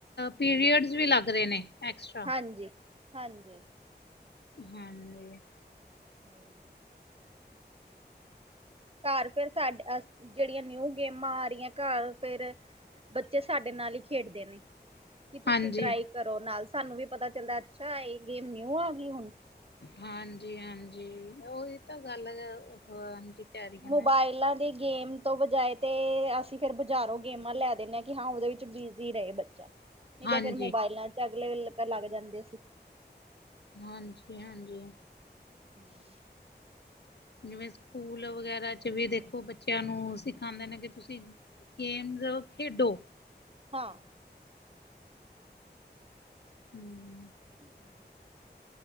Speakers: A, on the left; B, on the right.
A: ਪੀਰੀਅਡਸ ਵੀ ਲੱਗ ਰਹੇ ਨੇ। ਐਕਸਟਰਾ
B: ਹਾਂਜੀ ਹਾਂਜੀ
A: ਹਾਂਜੀ
B: ਹੋਰ ਯਾ ਘਰ ਫਿਰ ਸਾਡੇ ਅਸ ਜਿਹੜੀਆਂ ਨਿਊ ਗੇਮਾਂ ਆ ਰਹੀਆਂ ਘਰ ਫਿਰ ਬੱਚੇ ਸਾਡੇ ਨਾਲ ਹੀ ਖੇਡਦੇ ਨੇ। ਕੀ ਤੁਸੀਂ
A: ਹਾਂਜੀ
B: ਟਰਾਈ ਕਰੋ ਨਾਲ। ਸਾਨੂੰ ਵੀ ਪਤਾ ਚੱਲਦਾ ਅੱਛਾ, ਇਹ ਗੇਮ ਨਿਊ ਆ ਗਈ ਹੁਣ।
A: ਹਾਂਜੀ ਹਾਂਜੀ, ਉਹੀ ਤਾਂ ਗੱਲ ਹਾਂਜੀ ਕਹਿ ਰਹੀ ਹਾਂ
B: ਮੋਬਾਇਲਾਂ
A: ਮੈਂ।
B: ਦੀ ਗੇਮ ਤੋਂ ਬਜਾਏ ਤੇ ਅਸੀਂ ਫਿਰ ਬਾਜ਼ਾਰੋਂ ਗੇਮਾਂ ਲੈ ਦਿੰਦੇ ਹਾਂ, ਕਿ ਹਾਂ ਉਹਦੇ ਵਿੱਚ ਬਿਜ਼ੀ ਰਹੇ ਬੱਚਾ, ਨਹੀਂ
A: ਹਾਂਜੀ,
B: ਤੇ ਫਿਰ ਮੋਬਾਇਲਾਂ 'ਚ ਅਗਲੇ ਲੱਗ ਜਾਂਦੇ ਸੀ।
A: ਹਾਂਜੀ ਹਾਂਜੀ
B: <inaudible>
A: ਜਿਵੇਂ, ਸਕੂਲ ਵਗੈਰਾ ਚ ਵੀ ਦੇਖੋ, ਬੱਚਿਆਂ ਨੂੰ ਸਿਖਾਉਂਦੇ ਨੇ ਕਿ ਤੁਸੀਂ ਗੇਮਸ ਆ ਖੇਡੋ।
B: ਹਾਂ।
A: <unintelligible>
B: <unintelligible>